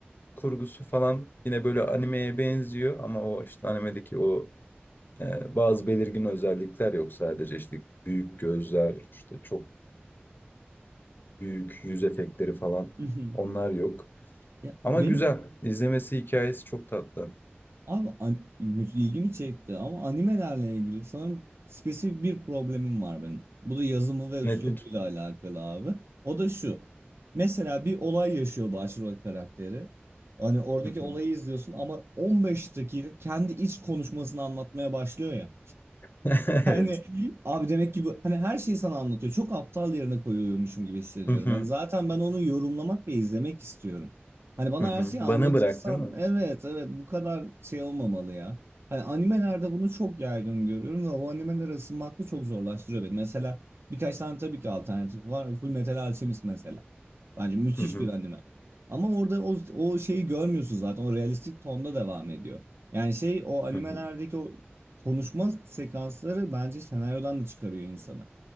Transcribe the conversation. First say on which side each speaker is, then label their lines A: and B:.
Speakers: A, on the left (about 55°); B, on the right (about 80°).
A: kurgusu falan yine böyle animeye benziyor ama o işte animedeki o e, bazı belirgin özellikler yok sadece işte büyük gözler, işte çok büyük yüz efektleri falan
B: Mhm.
A: onlar yok.
B: Ya,
A: Ama
B: benim
A: güzel. İzlemesi hikayesi çok tatlı.
B: Abi an- ilgimi çekti ama animelerle ilgili sanırım spesifik bir problemim var benim. Bu da yazımı ve üslubuyla
A: Nedir?
B: alakalı abi. O da şu. Mesela bir olay yaşıyor başrol karakteri. Hani oradaki
A: Hı hı.
B: olayı izliyorsun ama 15 dakika kendi iç konuşmasını anlatmaya başlıyor ya.
A: <laughs>
B: Hani
A: Evet.
B: abi demek ki bu hani her şeyi sana anlatıyor. Çok aptal yerine koyuluyormuşum gibi hissediyorum.
A: Hı hı.
B: Hani zaten ben onu yorumlamak ve izlemek istiyorum. Hani bana
A: Hı hı.
B: her şeyi anlatırsan
A: Bana bırak değil mi?
B: evet evet bu kadar şey olmamalı ya. Hani animelerde bunu çok yaygın görüyorum ve o animelere ısınmak da çok zorlaştırıyor beni. Mesela birkaç tane tabii ki alternatif var. Full Metal Alchemist mesela. Bence müthiş
A: Hı hı.
B: bir anime. Ama orada o, o şeyi görmüyorsun zaten. O realistik tonda devam ediyor. Yani şey o animelerdeki
A: Hı hı.
B: o konuşma sekansları bence senaryodan da çıkarıyor insanı.